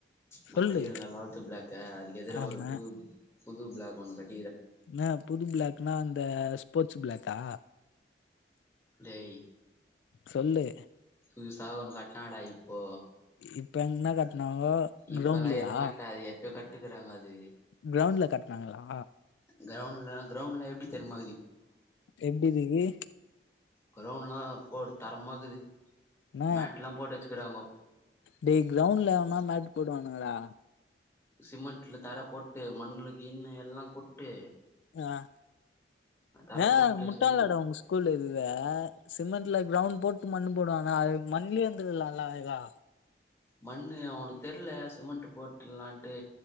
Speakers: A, on the left; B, on the left.
A: நா
B: சொல்லு
A: படிக்கறல லெவன்த் பிளாக்கு அதுக்கு எதிரே
B: ஆமா
A: ஒரு புது புது பிளாக் ஒண்ணு கட்
B: என்ன புது பிளாக்னா இந்த ஸ்போர்ட்ஸ்சு பிளக்கா
A: டேய்
B: சொல்லு
A: புதுசா ஒன்னு கட்டுனாங்கடா இப்போ
B: இப்ப எங்கன்ன காட்டுனாங்கோ
A: இப்பல்லா
B: கிரவ்ண்டுலையா
A: எதுவு கட்ல அது எப்பயோ கட்டுக்குறாங்க அது
B: கிரவ்ண்டுல கட்டுனாங்களா
A: கிரவுண்ட்ல கிரவுண்ட்ல எப்டி தெரியுமா
B: எப்டி இருக்கு
A: கிரவுண்டுல்லா இப்போ தரமா இக்குது
B: என்ன
A: மேட் எல்லா போட்டு வெச்சுக்கிறாங்கோ
B: டேய் கிரவுண்டுல எவனா மேட் போடுவானுங்கடா
A: சிமெண்ட்ல தர போட்டு மண்ணு கின்னு எல்லா கொட்டு
B: அ
A: தர
B: ஏ
A: போட்டு
B: முட்டாளட
A: சிமெண்ட்
B: உங்க ஸ்கூல்ல இதுத சிமெண்ட்ல கிரவுண்ட் போட்டு மண்ணு போடுவாங்க அதுக்கு மண்லயே இருந்துக்கலால அழகா
A: மண்ணு அவங்களுக்கு தெர்ல சிமெண்ட் போட்டுலான்ட்டு